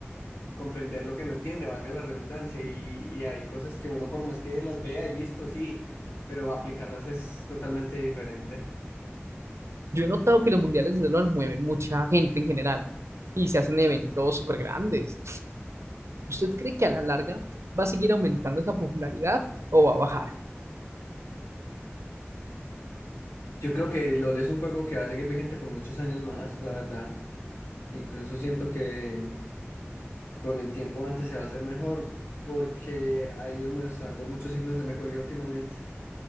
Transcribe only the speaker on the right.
Yo he notado que los mundiales desde luego mueven mucha gente en general y se hacen eventos súper grandes. ¿Usted cree que a la larga va a seguir aumentando esa popularidad o va a bajar?